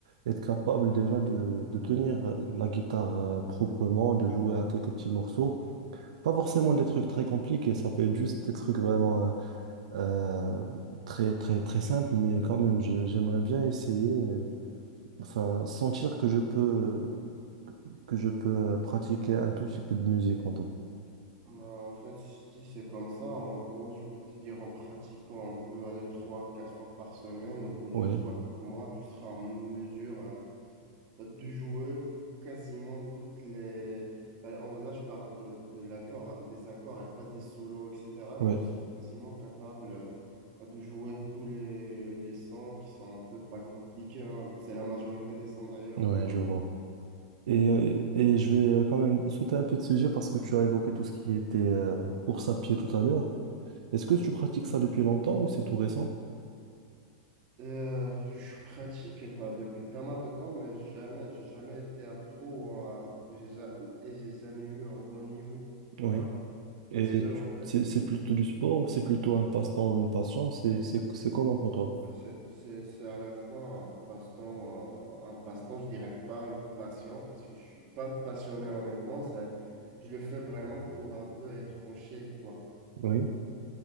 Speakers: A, on the right (about 85°); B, on the right (about 40°).
A: être capable déjà de, de tenir la guitare euh, proprement, de jouer à quelques petits morceaux. Pas forcément des trucs très compliqués, ça peut être juste des trucs vraiment euh, euh, très très très simples, mais quand même j'ai- j'aimerais bien essayer, euh, enfin sentir que je peux euh, que je peux euh, pratiquer un tout petit peu de musique en tout.
B: Bah, en fait, si c'est comme ça, en gros, je peux te dire en pratiquant un peu, aller trois, quatre fois par semaine, au bout de
A: Oui,
B: trois, quatre mois, tu seras en mesure euh, bah, de jouer quasiment toutes les. bah, en- là, je parle de, de l'accord, hein, des accords et pas des solos, etc. Mais
A: oui
B: tu serais quasiment capable euh, de jouer tous les, les sons qui sont un peu pas compliqués. hein. C'est la majorité des sons d'ailleurs
A: oui
B: aujourd'hui.
A: je vois. Et, euh, et je vais euh, quand même sauter un peu de sujet parce que tu as évoqué tout ce qui était euh, course à pied tout à l'heure. Est-ce que tu pratiques ça depuis longtemps ou c'est tout récent?
B: Euh, je pratique bah, depuis pas mal de temps, mais jamais, j'ai jamais été un pro ou un- ou j'ai ja- ou- et j'ai jamais eu un bon niveau.
A: Oui.
B: Hein,
A: Et
B: parce que,
A: tu-
B: en fait,
A: c'est c'est plutôt du sport ou c'est plutôt un passe-temps ou une passion? C'est c'est c'est comment pour toi?
B: c'est c'est- c'est à la fois un passe-temps, un, un passe-temps, je dirais pas une passion, parce que je suis pas passionné, honnêtement. C'est, je le fais vraiment pour un peu être en shape, quoi.
A: Oui.